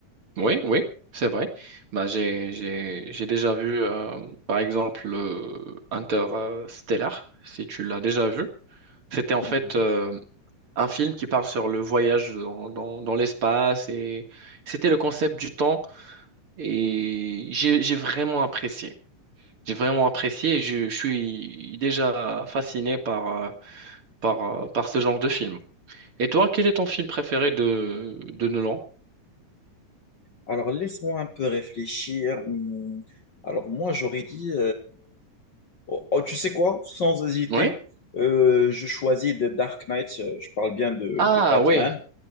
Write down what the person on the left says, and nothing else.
Hmm.
Alors laisse-moi un peu réfléchir. Hmm. Alors moi, j'aurais dit Oh, oh, tu sais quoi? Sans hésiter,
euh, je choisis The Dark Knight. euh, Je parle bien de,
de Batman.